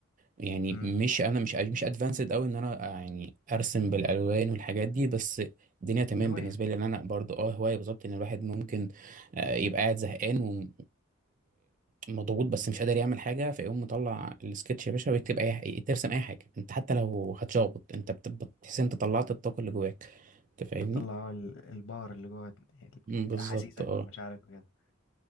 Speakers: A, on the right; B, on the left.
A: يعني
B: مم.
A: مش انا مش مش ادفانسد قوي ان انا آه، يعني ارسم بالالوان والحاجات دي بس الدنيا تمام
B: هوايه
A: بالنسبه لي ان انا برضو اه هوايه بالظبط ان الواحد ممكن آه يبقى قاعد زهقان و- ومضغوط بس مش قادر يعمل حاجه فيقوم مطلع السكتش يا باشا ويكتب اي ترسم اي حاجه انت حتى لو هتشخبط انت بت- بتحس إن انت طلعت الطاقه اللي جواك انت فاهمني
B: بتطلع ال- الباور اللي جوه ال-
A: مم، بالظبط
B: احاسيسك
A: اه
B: والمشاعرك وكده